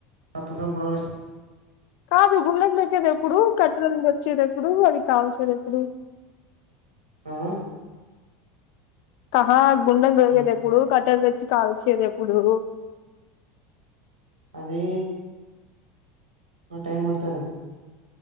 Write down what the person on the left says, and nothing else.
కాదు గుండం దొక్కేదెప్పుడు? కట్టెలన్ వచ్చేదెప్పుడు అవి కాల్చేదెప్పుడు?
కహా గుండం దోగేదెప్పుడు
కట్ ట్టెల్ తెచ్చి కాల్చేదెప్పుడూ